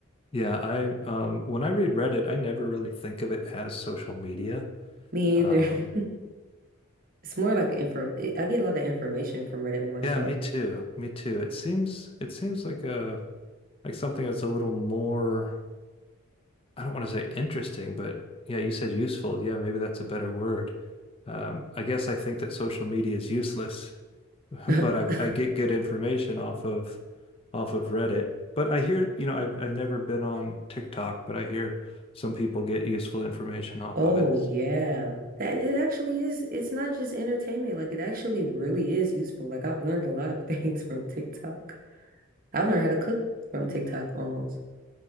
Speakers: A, on the left; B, on the right.
A: Yeah, I um when I read Reddit, I never really think of it as social media.
B: Me
A: Um,
B: either. <laughs> It's more like info. I get a lot of information from Reddit more so.
A: Yeah, me too. Me too. It seems it seems like a like something that's a little more, I don't want to say interesting, but yeah, you said useful. Yeah, maybe that's a better word. Um, I guess I think that social media is useless, <laughs>
B: <laughs>
A: but I I get good information off of off of Reddit. But I hear, you know, I've I've never been on TikTok, but I hear some people get useful information off
B: Oh
A: of it.
B: yeah. That it actually is, it's not just entertainment. Like it actually really is useful. Like I've learned a lot of <laughs> things from TikTok. I've learned how to cook from TikTok almost.